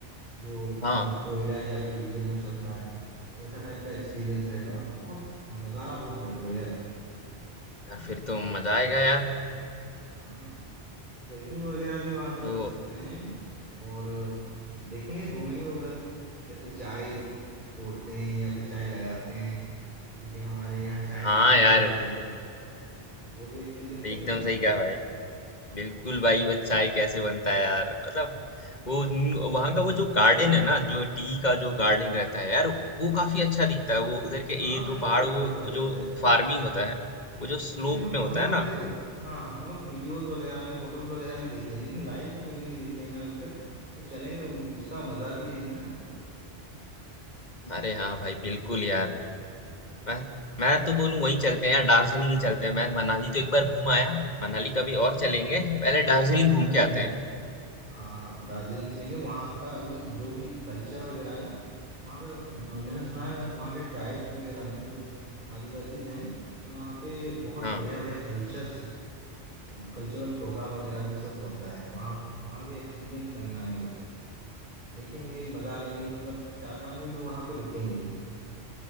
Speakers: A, on the right (about 50°); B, on the left (about 40°).
A: जो
B: हाँ,
A: अ, कोयला या फिर डीजल में चलता है वैसा टाइप का एक्सपीरियंस रहेगा बहुत नज़ारा बहुत ब- बढ़िया है
B: यार फिर तो मजा आएगा यार।
A: हाँ ट्रैकिंग वगैरह भी वहाँ पे
B: तो
A: कर सकते हैं और देखेंगे घूमेंगे उधर कैसे चाय तोड़ते हैं या फिर चाय लगाते हैं जैसे कि हमारे यहाँ चाय
B: हाँ
A: पहुँचता
B: यार,
A: कैसे है वो भी एक्सपीरियंस करेंगे
B: एकदम
A: ना
B: सही कहा भाई। बिल्कुल भाई वो चाय कैसे बनता है यार। मतलब वो न- वहाँ का वो जो गार्डन है ना, जो टी का जो गार्डन रहता है यार, वो काफी अच्छा दिखता है। वो उधर के
A: हाँ
B: ये
A: भाई
B: जो
A: बहुत
B: पहाड़
A: बहुत
B: वो
A: बढ़िया
B: वो
A: दिखता
B: जो
A: है
B: फार्मिंग होता है, वो जो स्लोप
A: एक्चुअली हम
B: में होता
A: हम लोग
B: है ना।
A: देखो हाँ हम लोग वीडियोस वगैरह में फोटोज वगैरह में देखे हैं लेकिन लाइव तो कभी नहीं देखे हैं ना अभी तक तो चलेंगे उ- उसका मजा भी लेंगे ना
B: अरे हाँ भाई, बिल्कुल यार। मैं मैं तो बोलूँ वहीं चलते हैं यार, दार्जिलिंग ही चलते हैं। मैं मनाली तो एक बार घूम आया, मनाली कभी और चलेंगे। पहले दार्जिलिंग
A: हाँ मनाली
B: घूम के
A: कभी
B: आते
A: हम-
B: हैं
A: हाँ हाँ दार्जिलिंग चलेंगे वहाँ का अभी जो भी कल्चर वगैरह है ना वहाँ पे अ, मैंने सुना है वहाँ के ट्राइब्स वगैरह में जो आदिवासीज हैं वहाँ पे बहुत
B: हाँ
A: बढ़िया बढ़िया कल्चर्स कल्चरल प्रोग्राम वगैरह भी सब होता है वहाँ वहाँ भी एक्सपीरियंस करना है वो सब देखेंगे मजा लेंगे मतलब चार पांच दिन तो वहां पे रुकेंगे ही